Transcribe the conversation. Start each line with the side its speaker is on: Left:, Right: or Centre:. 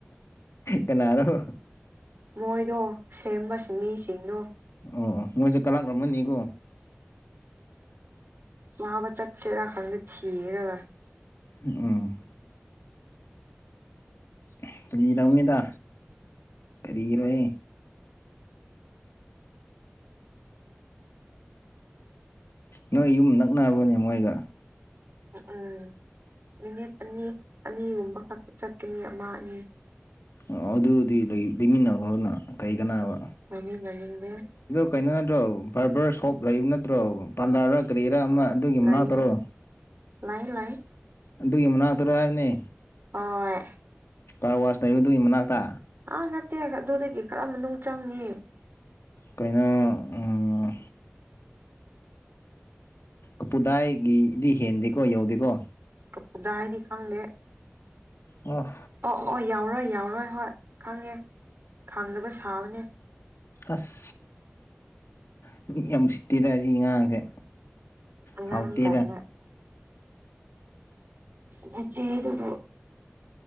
Left: ꯀꯅꯥꯔꯣ
Right: ꯃꯣꯏꯗꯣ ꯁꯦꯝꯕ ꯁꯤꯡꯃꯤꯁꯤꯡꯗꯣ
Left: ꯑꯣ ꯑꯣ ꯃꯣꯏꯗꯣ ꯀꯂꯛꯂꯝꯃꯅꯤꯀꯣ
Right: ꯃꯥꯕ ꯆꯠꯁꯤꯔ ꯈꯪꯗꯦ ꯊꯤꯔꯒ
Left: ꯎꯝ ꯑꯦ ꯐꯥꯒꯤ ꯇꯧꯕꯅꯤꯗ ꯀꯔꯤꯔꯣꯏ ꯍꯦ ꯅꯣꯏ ꯌꯨꯝ ꯅꯛꯅꯕ꯭ꯔꯣꯅꯦ ꯃꯣꯏꯒ
Right: ꯎꯝ ꯃꯤꯅꯤꯠ ꯑꯅꯤ ꯑꯅꯤꯒꯨꯝꯕ ꯈꯛꯇ ꯆꯠꯀꯅꯤ ꯑꯃ ꯑꯅꯤ
Left: ꯑꯣ ꯑꯗꯨꯗꯤ ꯂꯩ ꯂꯩꯃꯤꯟꯅꯈ꯭ꯔꯣꯅ ꯀꯔꯤ ꯀꯅꯥꯕ
Right: <unintelligible>
Left: ꯀꯩꯅꯣ ꯅꯠꯇ꯭ꯔꯣ ꯕꯥꯔꯕ꯭ꯔ ꯁꯣꯞ ꯂꯩꯕ ꯅꯠꯇ꯭ꯔꯣ ꯄꯥꯟꯂꯥꯔ ꯀꯔꯤ ꯈꯔ ꯑꯃ ꯑꯗꯨꯒꯤ ꯃꯅꯥꯛꯇꯔꯣ
Right: ꯂꯩꯌꯦ ꯂꯩ ꯂꯩ
Left: ꯑꯗꯨꯒꯤ ꯃꯅꯥꯛꯇꯔꯣ ꯍꯥꯏꯕꯅꯤ
Right: ꯑꯣꯏ
Left: ꯀꯥꯔꯋꯥꯁ ꯂꯩꯕꯗꯨꯒꯤ ꯃꯅꯥꯛꯇ
Right: ꯑꯥ ꯅꯠꯇꯦ ꯑꯗꯨꯗꯒꯤ ꯈꯔ ꯃꯅꯨꯡ ꯆꯪꯅꯤ
Left: ꯀꯩꯅꯣ ꯎꯝ ꯀꯞꯄꯨꯗꯥꯏꯒꯤꯗꯤ ꯍꯦꯟꯗꯦꯀꯣ ꯌꯧꯗꯦꯀꯣ
Right: ꯀꯞꯄꯨꯗꯥꯏꯗꯤ ꯈꯪꯗꯦ
Left: ꯑꯣ
Right: ꯑꯣ ꯑꯣ ꯑꯣ ꯌꯧꯔꯣꯏ ꯌꯥꯎꯔꯣꯏ ꯍꯣꯏ ꯈꯪꯉꯦ ꯈꯪꯗꯕ ꯁꯥꯕꯅꯦ
Left: ꯑꯁ ꯍꯨꯝ ꯃꯤꯌꯥꯝ ꯎꯁꯤꯠ ꯇꯤꯗ ꯁꯤ ꯑꯉꯥꯡꯁꯦ
Right: ꯑꯉꯥꯡ
Left: ꯍꯥꯎꯇꯦꯗ
Right: ꯀꯥꯏꯅ ꯑꯁ ꯅꯆꯦꯗꯨꯕꯨ